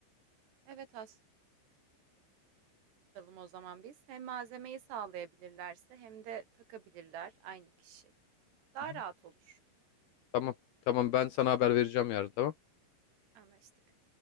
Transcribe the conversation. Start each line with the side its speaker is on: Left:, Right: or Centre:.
Right: Evet açalım o zaman biz. Hem malzemeyi sağlayabilirlerse hem de takabilirler aynı kişi. Daha
Left: Hı hı.
Right: rahat olur.
Left: Tamam. Tamam ben sana haber vereceğim yarın tamam.
Right: Anlaştık.